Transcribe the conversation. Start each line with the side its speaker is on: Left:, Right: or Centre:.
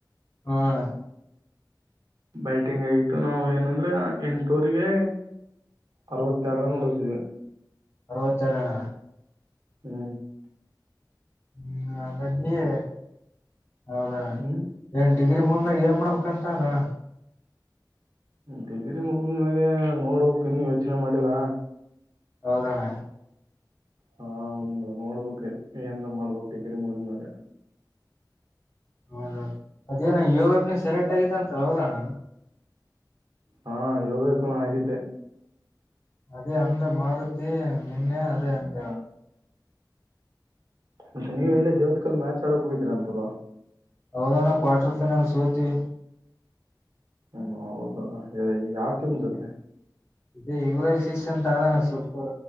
Left: ಹ ಅಣ್ಣ
Right: ಬೈಟಿಂಗ್ ಆಗಿತ್ತು ನಾವು ಏನಂದ್ರೆ ಎಂಟವರಿಗೆ ಅರವತ್ತೆರಡರ ನೋಡಿದವಿ
Left: ಅರವತ್ತೇಳಡಣ
Right: ಹೂ
Left: ಹೂ ಅ ಹೌದಣ್ಣ
Right: ಹ್ಮ್
Left: ಡಿಗ್ರಿ ಮುಂದಾಗ ಏನ್ ಮಾಡ್ಬೇಕಂತ ಅದಣ
Right: ಡಿಗ್ರಿ ಮುಗದ ಮ್ಯಾಗೆ ನೋಡ್ಬೇಕಕ್ ಇನ್ನು ಯೋಚನೆ ಮಾಡಿಲ್ಲಾ
Left: ಹೌದಣ
Right: ಹಾ ಒಂದು ನೋಡ್ಬುಕ್ ಏನ್್ರ ಮಾಡ್ಬಕ್ ಡಿಗ್ರಿ ಮುಗ್ಡ್ಮೇಲೆ
Left: ಹೌದೌದು ಮದೇನ ಯೋಗಕ್ ನೀ ಸೆಲೆಕ್ಟ್ ಆಗ ಅಂತ ಹೋದೋಣ
Right: ಹಾ ಯೋಗಕ್ಕೂ ನ ಆಗಿದ್ದೆ
Left: ಅದೇ ಅಂದ ಮಾರುತಿ ನಿನ್ನೆ ಅದೇ ಅಂದ
Right: ಮತ್ತೆ ನೀವ ಎಲ್ಲೇ ದೇವತ್ ಕಲ್ ಮ್ಯಾಚ್ ಆಡಕ್ ಹೋಗಿದ್ರಂತಲ್ವಾಾ
Left: ಹೌದಣ್ಣ ಕ್ವಾರ್ಟರ್ ಫೈನಲ್ ಸೋತ್ವಿ
Right: ಹೂ ಹೌದ ಯಾವಟಿಮ್ ಜೊತೆ
Left: ಇದೇ ಇವರ ಸೀಸನ್ ತಳ ಸಲ್ಪ್ರ